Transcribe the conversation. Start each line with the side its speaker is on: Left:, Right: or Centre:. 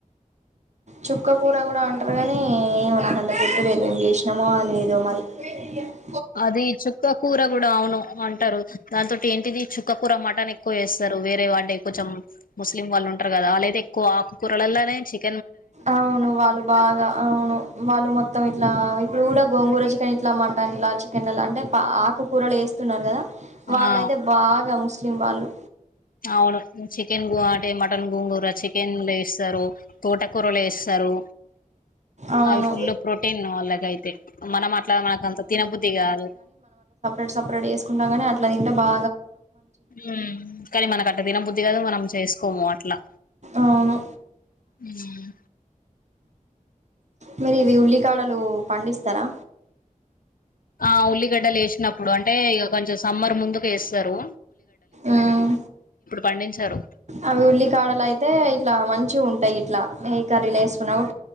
Right: చుక్క కూర గూడా అంటారు గానీ ఏమో నాకంత గుర్తు లేదు మేం జేసినామో లేదో మరి <unintelligible>
Left: అది చుక్కకూర గూడా అవును అంటరు దాని తోటి ఏంటిది చుక్కకూర మటన్ ఎక్ ఎక్కువ చేస్తరు వేరే వాళ్ళె కొంచెం ముస్లిం వాళ్ళు ఉంటారు గదా ఆళ్ళైతే ఎక్కువ ఆకుకూరలల్లనే చిక్
Right: అవును వాళ్ళు బాగా అవును వాళ్ళు మొత్తం ఇట్లా ఇప్పుడు గూడా గోంగూర చికెన్ ఇట్లా మటన్లా చికెన్ ఇలా అంటే ఆకుకూరలు యేస్తున్నారు గదా వాళ్ళయితే
Left: ఆ
Right: బాగా ముస్లిం వాళ్ళు
Left: అవును చికెన్ గో అంటే మటన్ గోంగూర చికెన్ లేస్తరు తోటకూర లేస్తరు
Right: అవును
Left: అవి ఫుల్ల్ ప్రోటీన్ వాళ్ళకయితే మనం అట్లా మనకు అంత తినబుద్ధి గాదు
Right: సపరేట్చేసుకుంటా గాని అట్లా తింటే బా
Left: ఉమ్ కానీ మనకు అట్ట తినబుద్ధి గాదు మనం చేసుకోము అట్లా
Right: అవును
Left: ఉమ్
Right: మీరు ఇది ఉల్లికాడలు పండిస్తారా
Left: ఆ ఉల్లిగడ్డలు యేసినప్పుడు అంటే ఇగ కొంచెం సమ్మర్ ముందుకు యేస్తరు
Right: ఉమ్
Left: పండించారు
Right: అవి ఉల్లి కాడలు అయితే ఇట్లా మం చి ఉంటాయి ఇట్లా ఏ కర్రీల యేసుకున్న